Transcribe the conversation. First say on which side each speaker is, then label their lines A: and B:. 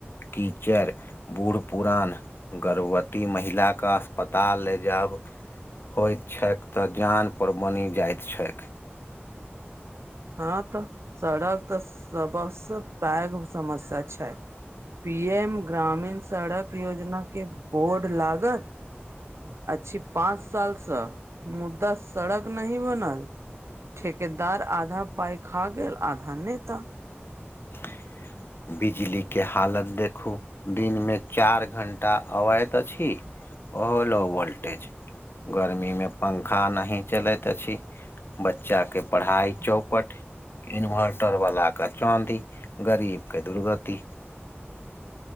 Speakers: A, on the left (about 55°); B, on the right (about 80°).
A: कीचर बूढ़ पुरान गर्भवती महिलाके अस्पताल ले जाब होइत छैक तऽ जान पर बनि जाइत छैक।
B: हँ तऽ सड़क तऽ सबस पैघ समस्या छै। पी एम ग्रामीण सड़क योजनाके बोर्ड लागत। अच्छी पाँच सालसँ मुद्दा सड़क नही बनल। ठेकेदार आधा पाइ खा गेल। आधा नेता।
A: ह। <inaudible> बिजली के हालत देखू दिन मे चार घंटा अबैत अछि। ओहो लो वोल्टेज गर्मी मे पंखा नहि चलैत अछि। बच्चा के पढ़ाई चौपट इन्वर्टर वला के चाँदी। गरीबके दुर्गति।